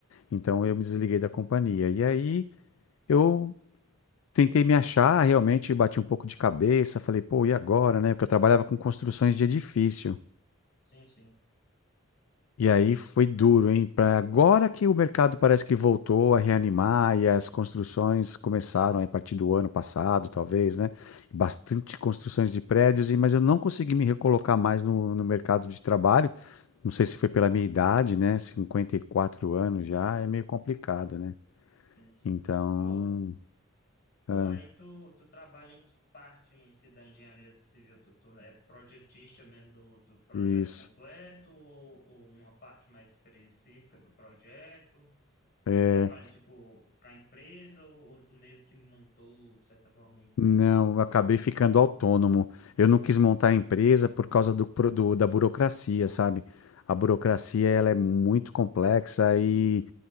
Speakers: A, on the left; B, on the left.
A: então eu me desliguei da companhia. E aí eu tentei me achar, realmente bati um pouco de cabeça, falei, pô, e agora, né? Porque eu trabalhava com construções de edifício.
B: Sim, sim,
A: E aí foi duro, hein? Pra agora que o mercado parece que voltou a reanimar e as construções começaram aí a partir do ano passado, talvez, né? Bastante construções de prédios, e- mas eu não consegui me recolocar mais no, no mercado de trabalho. Não sei se foi pela minha idade, né? 54 anos já é meio complicado, né?
B: sim, sim.
A: Então,
B: Pô, pô,
A: ah,
B: aí tu, tu trabalha em que parte em si da engenharia civil? Tu, tu é projetista mesmo do, do projeto
A: isso.
B: completo ou, ou uma parte mais específica do projeto?
A: É,
B: Tu trabalha, tipo, pra empresa ou, ou tu meio que montou, de certa forma, uma empresa?
A: Não, eu acabei ficando autônomo. Eu não quis montar a empresa por causa do, pro- do- da burocracia, sabe? A
B: Aham.
A: burocracia ela é muito complexa e,